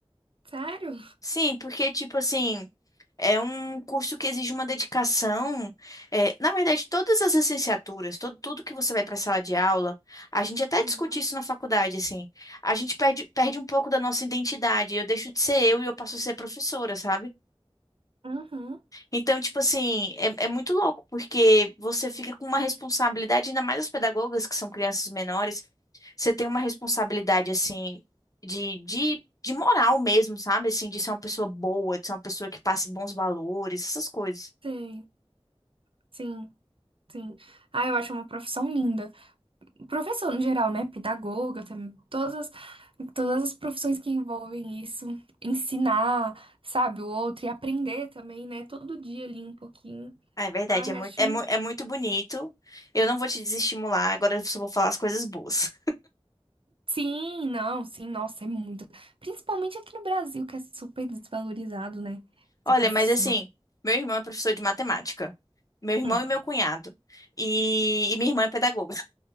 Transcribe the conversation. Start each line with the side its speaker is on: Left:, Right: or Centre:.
Right: Sério?
Left: Sim, porque, tipo assim, é um curso que exige uma dedicação. É, na verdade, todas as licenciaturas, todo, tudo que você vai para a sala de aula, a gente até
Right: Uhum.
Left: discute isso na faculdade, assim. A gente perde, perde um pouco da nossa identidade. Eu deixo de ser eu e eu passo a ser professora, sabe?
Right: Uhum.
Left: Então, tipo assim, é, é muito louco, porque você fica com uma responsabilidade, ainda mais as pedagogas, que são crianças menores, você tem uma responsabilidade, assim, de, de, de moral mesmo, sabe? Assim, de ser uma pessoa boa, de ser uma pessoa que passe bons valores, essas coisas.
Right: Sim, sim, sim. Ah, eu acho uma profissão linda. Professor no geral, né? Pedagoga, também, todas, as- todas as profissões que envolvem isso. Ensinar, sabe, o outro e aprender também, né? Todo dia ali um pouquinho.
Left: Ah, é verdade,
Right: Ai,
Left: é muito,
Right: acho.
Left: é, mu- é muito bonito. Eu não vou te desestimular, agora eu só vou falar as coisas boas.
Right: Sim, não, sim, nossa, é muito. Principalmente aqui no Brasil, que é super desvalorizado, né?
Left: <laughs>
Right: Essa
Left: Olha,
Right: profissão.
Left: mas assim, meu irmão é professor de matemática. Meu irmão
Right: Hum.
Left: e meu cunhado. E, e minha irmã é pedagoga.